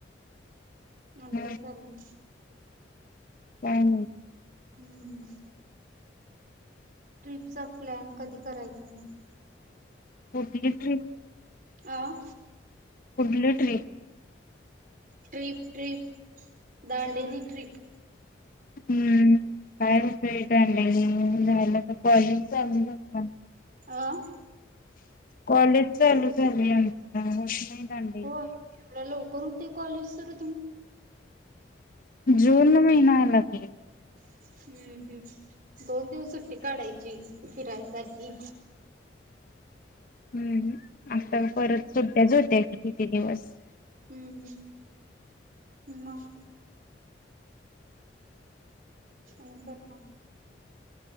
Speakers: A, on the right; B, on the left.
A: आणि
B: मग
A: काय चाललय.
B: काय?
A: हम्म ट्रिपचा प्लॅन कधी करायचा मग?
B: कोणती ट्रीप?
A: आ.
B: कुठली trip?
A: Trip trip Dandeli trip.
B: हम्म का. तर कॉलेज चालु झालं
A: अ
B: कॉलेज. चालू झालंया आज. बघोष नाही दांडेली.
A: होय एवढ्या लवकर होते कॉलेज तर
B: जुन महिना. महिना आला की
A: हम्म हम्म दोन दिवस सुट्टी काढायची फिरायसाठी
B: हम्म आता परत सुट्ट्या च होत्या की किती दिवस.
A: हम्म हम्म मग आणी काय मग?